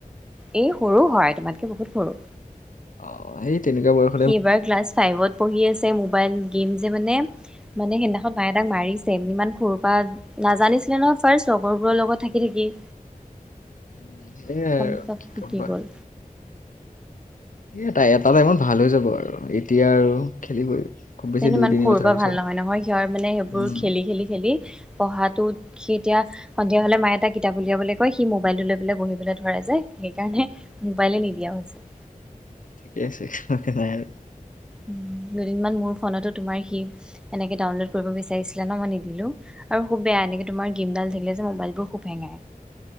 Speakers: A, in the centre; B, on the left.
A: এই সৰু হয়, তোমাতকে বহুত সৰু।
B: অ', সেই তেনেকুৱা বয়স
A: সি এইবাৰ ক্লাছ ফাইভত পঢ়ি আছে, মোবাইল গেম যে মানে মানে সেইদিনাখন মায়ে তাক মাৰিছে, ইমান সৰুৰ পা নাজানিছিলে নহয় ফাৰ্ষ্ট, লগৰবোৰৰ লগত থাকি থাকি।
B: উম, সেয়াই
A: একদম
B: আৰু,
A: চব
B: কি
A: শিকি
B: ক'বা।
A: গ'ল।
B: এ এটা, এটা টাইমত ভাল হৈ যাব আৰু, এতিয়া আৰু খেলিবই। খুব বেছি
A: ইমান
B: দুই তিনি
A: সৰুৰ
B: বছৰৰ
A: পৰা
B: পিছত
A: ভাল নহয় নহয়, সিহৰ মানে সেইবোৰ
B: উম
A: খেলি-খেলি-খেলি পঢ়াটোত সি এতিয়া, সন্ধিয়া হ'লে মায়ে তাক কিতাপ উলিয়াবলে কয়, সি মবাইলটো লৈ পেলাই বহি পেলাই ধৰে যে, সেইকাৰণে মোবাইলে নিদিয়া হৈছে।
B: ঠিকে আছে, সনে নাই আৰু।
A: উম, দুদিনমান মোৰ ফোনতো তোমাৰ সি, এনেকে ডাউনলোড কৰিব বিচাৰিছিলে নহয় মই নিদিলোঁ‌। আৰু খুব বেয়া এনেক তোমাৰ গেম ডাল থাকিলে যে মবাইলবোৰ খুব হেঙায়।